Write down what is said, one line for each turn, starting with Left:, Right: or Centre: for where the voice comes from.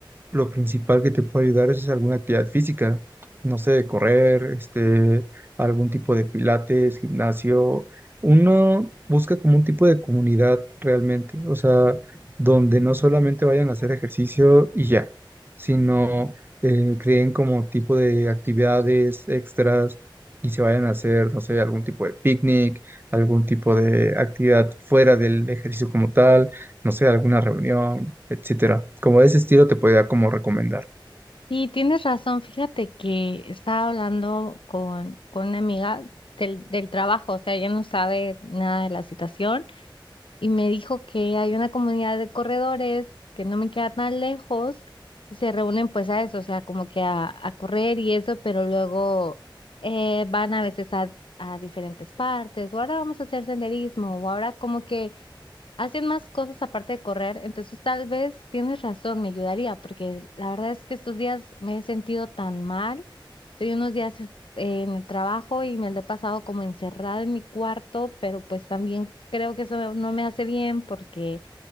Right: lo principal que te puede ayudar es alguna actividad física, no sé, correr, este, algún tipo de pilates, gimnasio. Uno busca como un tipo de comunidad realmente, o sea, donde no solamente vayan a hacer ejercicio y ya, sino eh, creen como tipo de actividades extras y se vayan a hacer, no sé, algún tipo de picnic, algún tipo de actividad fuera del ejercicio como tal, no sé, alguna reunión, etcétera. Como de ese estilo te podría como recomendar.
Left: Sí, tienes razón. Fíjate que estaba hablando con, con una amiga del, del trabajo, o sea, ella no sabe nada de la situación y me dijo que hay una comunidad de corredores que no me queda tan lejos y se reúnen pues a eso, o sea, como que a, a correr y eso, pero luego eh, van a veces a, a diferentes partes o ahora vamos a hacer senderismo o ahora como que Hacen más cosas aparte de correr, entonces tal vez tienes razón, me ayudaría, porque la verdad es que estos días me he sentido tan mal. Estoy unos días eh, en el trabajo y me lo he pasado como encerrada en mi cuarto, pero pues también creo que eso no me hace bien porque